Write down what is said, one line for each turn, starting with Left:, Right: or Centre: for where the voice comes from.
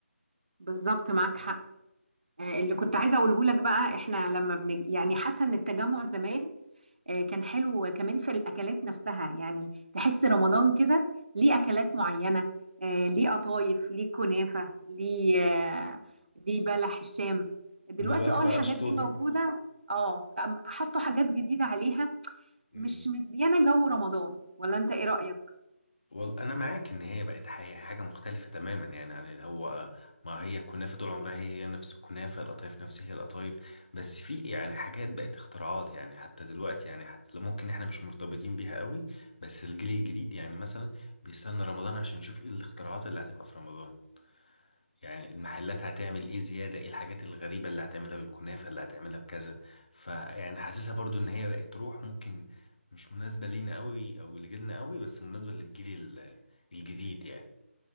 Right: بالظبط معاك حق آه، اللي كنت عايزة أقوله لك بقى إحنا لما بن يعني حاسة إن التجمع زمان آه، كان حلو كمان في الأكلات نفسها يعني تحس رمضان كده ليه أكلات معينة آه، ليه قطايف ليه كنافة ليه آه، ليه بلح الشام دلوقتي
Left: دلوقتي
Right: اه
Left: بقى
Right: الحاجات
Left: قشطوطة
Right: دي موجودة اه أم- حطوا حاجات جديدة عليها
Left: مم.
Right: مش مديانة جو رمضان ولا انت ايه رأيك؟
Left: والله انا معاك ان هي بقت حي- حاجه مختلفه تماما يعني عن اللي هو ما هي الكنافه طول عمرها هي هي نفس الكنافه القطايف نفس هي القطايف بس في يعني حاجات بقت اختراعات يعني حتى دلوقتي يعني ح- ممكن احنا مش مرتبطين بيها قوي بس الجيل الجديد يعني مثلا بيستنى رمضان عشان يشوف ايه الاختراعات اللي هتبقى في رمضان يعني المحلات هتعمل ايه زيادة ايه الحاجات الغريبة اللي هتعملها بالكنافة اللي هتعملها بكذا فيعني حاسسها برضو ان هي بقت روح ممكن مش مناسبة لينا قوي او لجيلنا قوي بس مناسبة للجيل ال- الجديد يعني